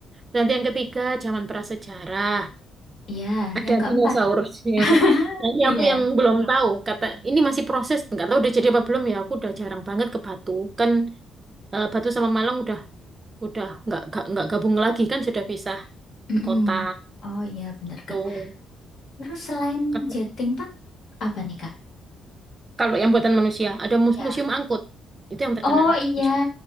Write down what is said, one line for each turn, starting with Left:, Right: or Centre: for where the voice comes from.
Right: Nanti yang ketiga zaman prasejarah.
Left: Iya,
Right: Ada
Left: yang keempat.
Right: dinosaurusnya.
Left: <laughs>
Right: San. Nah, ini
Left: Iya.
Right: aku yang belum tahu. Kata ini masih proses, nggak tahu udah jadi apa belum ya. Aku udah jarang banget ke Batu. Kan eh, Batu sama Malang udah udah nggak nggak nggak gabung lagi kan sudah pisah
Left: Mm-mm.
Right: kota.
Left: Oh iya, bener, Kak.
Right: Tuh.
Left: Terus selain
Right: Kalau
Left: Jatim Park, apa nih, Kak?
Right: kalau yang buatan manusia ada mus-
Left: Ya.
Right: museum angkut. Itu yang terkenal.
Left: Oh iya,
Right: Museum.